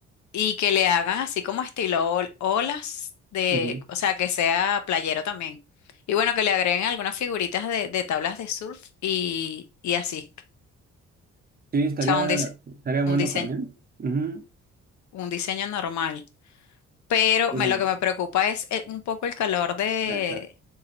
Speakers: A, on the left; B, on the right.
A: Y que le hagan así como estilo ol- olas de,
B: Ujú.
A: o sea, que sea playero también. Y bueno, que le agreguen algunas figuritas de, de tablas de surf y, y así.
B: Sí, estaría,
A: O sea, un diseño,
B: estaría bueno
A: un diseño,
B: también. Ujú.
A: un diseño normal. Pero
B: Pero,
A: me- lo que me preocupa es eh, un poco el calor de,
B: exacto.